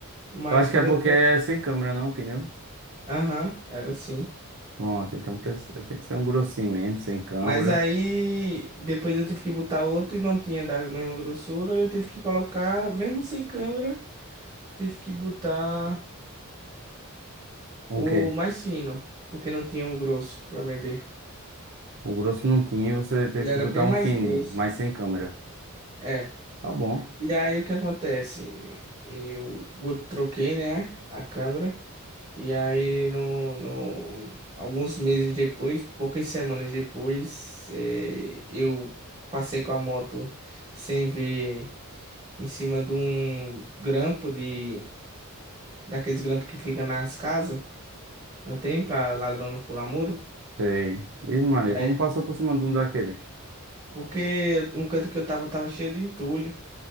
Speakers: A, on the right; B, on the right.
A: Mas
B: Eu acho
A: quando
B: que é porque
A: eu troquei.
B: é sem câmera, não, o pneu.
A: Aham, era assim.
B: Pronto, então precisa- tem que ser um grossinho mesmo, sem câmera.
A: Mas aí depois eu tive que botar outro e não tinha da mesma grossura. Eu tive que colocar, mesmo sem câmera, tive que botar.
B: Um
A: O
B: quê?
A: mais fino, porque não tinha um grosso para vender.
B: O grosso não tinha, você teve
A: Ele era
B: que botar
A: bem
B: um
A: mais
B: fininho,
A: grosso.
B: mas sem câmera.
A: É.
B: Tá bom.
A: E aí o que acontece? Eu bot- troquei, né, a câmera. E aí, no, no- alguns meses depois, poucas semanas depois, eh, eu passei com a moto sem ver em cima de um grampo de daqueles grampos que fica nas casas. Não tem pra ladrão não pular muro.
B: Sei. Vixe, Maria,
A: E aí,
B: vamos passar por cima de um daquele.
A: porque no canto que eu tava, tava cheio de entulho.